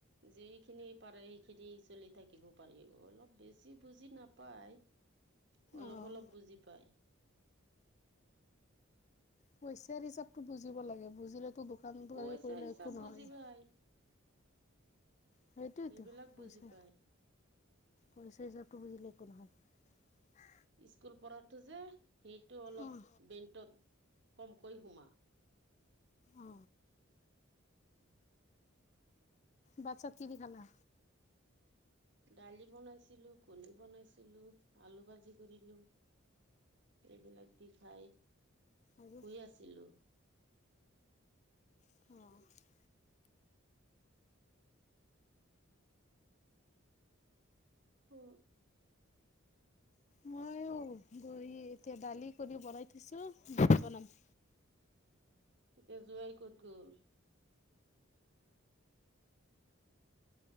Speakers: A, on the right; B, on the left.
A: যিখিনি পাৰে সেইখিনি চলি থাকিব পাৰিব অলপ বেছি বুজি নাপায়। অলপ-
B: অঁ
A: অলপ বুজি পাই।
B: পইচাৰ হিচাপতটো বুজিব লাগে বুজিলেতো দোকান দাৰী
A: পইচা
B: কৰিলে
A: হিচাপ
B: একো নহয়।
A: বুজি পায়
B: সেইটোৱেইতো
A: সেইবিলাক বুজি
B: পইচা
A: পায়
B: পইচা হিচাপটো বুজিলে একো নহয়। <unintelligible>
A: স্কুল পঢ়াতটো যে সেইটো অলপ
B: অঁ
A: বেণ্টত কমকৈ সোমা।
B: অ ভাত, তাছ কি দি খালা?
A: দালি বনাইছিলো কণী বনাইছিলো আলু ভাজি কৰিলো এইবিলাক দি খাই
B: আৰু
A: শুই আছিলো
B: অ
A: হ
B: মই অ ব এতিয়া দালি কৰি বনাই থৈছো বনাম
A: এতিয়া জোৱাই ক'ত গ'ল